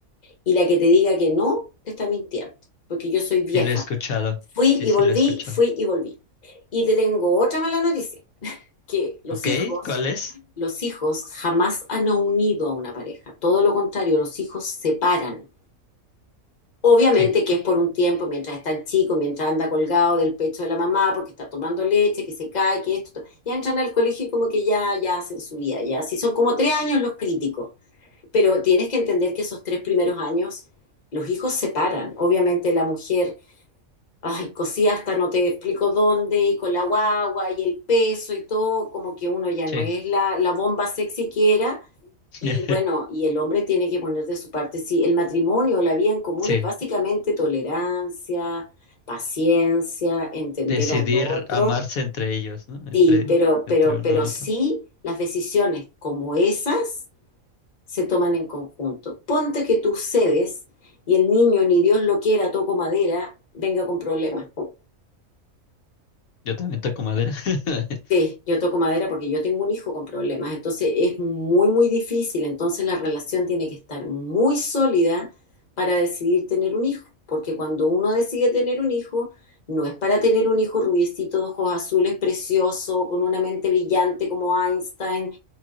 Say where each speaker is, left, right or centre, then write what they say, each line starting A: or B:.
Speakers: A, on the left; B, on the left.
A: Y la que te diga que no, te está mintiendo, porque yo soy vieja.
B: Sí, lo he escuchado.
A: Fui
B: Sí,
A: y
B: sí,
A: volví,
B: lo he escuchado.
A: fui y volví. Y te tengo otra mala noticia, que los
B: Ok,
A: hijos,
B: ¿cuál es?
A: los hijos jamás han unido a una pareja. Todo lo contrario, los hijos separan. Obviamente
B: Sí,
A: que es por un tiempo, mientras está el chico, mientras anda colgado del pecho de la mamá, porque está tomando leche, que se cae, que esto. to- Ya entran al colegio y como que ya, ya hacen su vida, ya. Sí, son como tres años los críticos. Pero tienes que entender que esos tres primeros años, los hijos se paran. Obviamente la mujer, ay, cosía hasta no te explico dónde, y con la guagua, y el peso y todo, como que uno ya
B: sí.
A: no es la, la bomba sexy que era.
B: <laughs>
A: Y bueno, y el hombre tiene que poner de su parte, sí, el matrimonio, la vida en común
B: Sí,
A: es básicamente tolerancia, paciencia, entender
B: decidir
A: al otro,
B: amarse entre ellos, ¿no? Entre,
A: sí, pero,
B: entre
A: pero,
B: uno
A: pero
B: al
A: sí
B: otro.
A: las decisiones como esas se toman en conjunto. Ponte que tú cedes y el niño, ni Dios lo quiera, toco madera, venga con problemas.
B: Yo también toco madera. <laughs>
A: Sí, yo toco madera porque yo tengo un hijo con problemas, entonces es muy, muy difícil, entonces la relación tiene que estar muy sólida para decidir tener un hijo, porque cuando uno decide tener un hijo, no es para tener un hijo rubiecito, de ojos azules, precioso, con una mente brillante como Einstein,